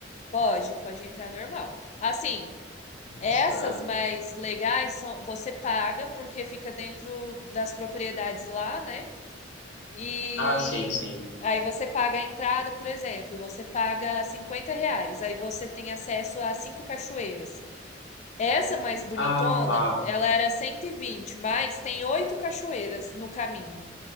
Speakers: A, on the left; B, on the left.
A: Pode, pode entrar normal. Assim, essas
B: Nossa.
A: mais legais são, você paga porque fica dentro das propriedades lá, né? E
B: Ah, sim, sim.
A: aí você paga a entrada, por exemplo, você paga 50 reais, aí você tem acesso a cinco cachoeiras. Essa mais bonitona,
B: Ah, tá.
A: ela era 120, mas tem oito cachoeiras no caminho.